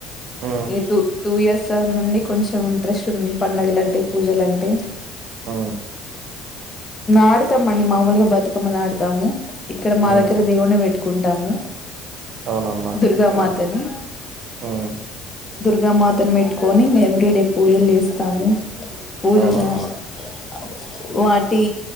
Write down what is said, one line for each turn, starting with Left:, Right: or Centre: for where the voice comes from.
Right: ఉమ్
Left: A to two years sir నుండి కొంచెం ఇంట్రెస్ట్ ఉంది పండుగలు అంటే పూజలు అంటే
Right: ఉమ్
Left: ఆడతాం అండి మామూలుగా బతుకమ్మలు ఆడతాము ఇక్కడ మా
Right: ఉమ్
Left: దగ్గర దేవున్ని పెట్టుకుంటాము
Right: అవునమ్మా
Left: దుర్గా
Right: ఆ
Left: మాతని
Right: ఉమ్
Left: దుర్గామాతను పెట్టుకొని ఎవ్రీ డే పూజలు చేస్తాము పూజలు
Right: అవునమ్మా
Left: అ ఓ వాటి